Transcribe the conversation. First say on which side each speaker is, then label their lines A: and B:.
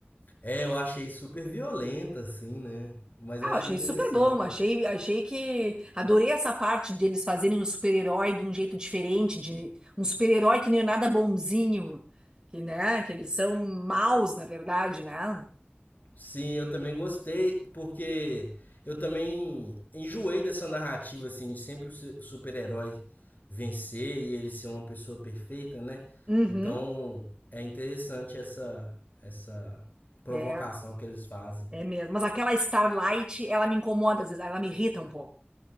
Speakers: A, on the left; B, on the right.
A: É, eu achei super violenta, assim, né? Mas
B: Ah,
A: eu achei
B: eu achei
A: interessante.
B: super bom. Achei, achei que adorei essa parte deles fazerem um super-herói de um jeito diferente, de um super-herói que nem nada bonzinho, que né, que eles são maus, na verdade, né?
A: Sim, eu também gostei, porque eu também enjoei dessa narrativa, assim, de sempre o su- super-herói vencer e ele ser uma pessoa perfeita, né?
B: Uhum,
A: Então é interessante essa, essa provocação
B: é,
A: que eles fazem.
B: é mesmo. Mas aquela Starlight, ela me incomoda às vezes, ela me irrita um pouco.